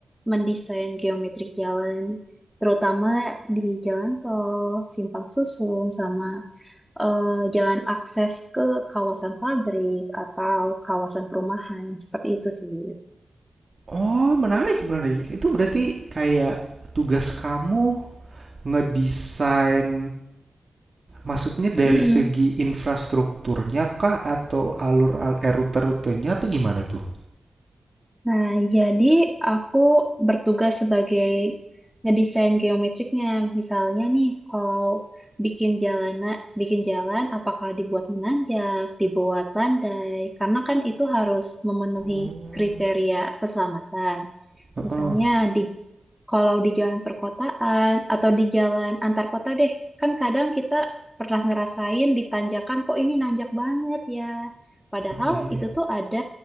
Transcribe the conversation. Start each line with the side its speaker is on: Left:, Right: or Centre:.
Centre: mendesain geometrik jalan, terutama di jalan tol, simpang susun, sama eh, jalan akses ke kawasan pabrik atau kawasan perumahan, seperti itu sih.
Right: Oh, menarik, menarik. Itu berarti kayak tugas kamu ngedesain maksudnya dari
Centre: Mm-mm.
Right: segi infrastrukturnya kah atau alur eh, rute-rutenya atau gimana tuh?
Centre: Nah, jadi aku bertugas sebagai ngedesain geometriknya. Misalnya nih, kalau bikin jalanan, bikin jalan, apakah dibuat menanjak, dibuat landai? Karena kan itu harus memenuhi
Right: Oh,
Centre: kriteria keselamatan.
Right: Heeh.
Centre: Misalnya di kalau di jalan perkotaan atau di jalan antar kota deh, kan kadang kita pernah ngerasain di tanjakan kok ini nanjak banget ya. Padahal
Right: iya iya.
Centre: itu tuh ada